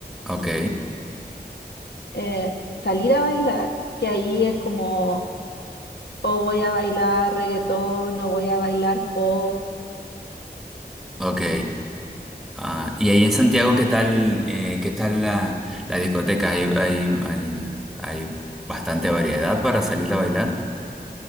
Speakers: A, in the centre; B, on the left (about 85°).
A: ok,
B: Eh, salir a bailar, que ahí es como, o voy a bailar reggaetón, o voy a bailar pop.
A: ok. Ah, y ahí en Santiago, ¿qué tal, eh, qué tal la, la discoteca? ¿Hay, hay, hay, hay bastante variedad para salir a bailar?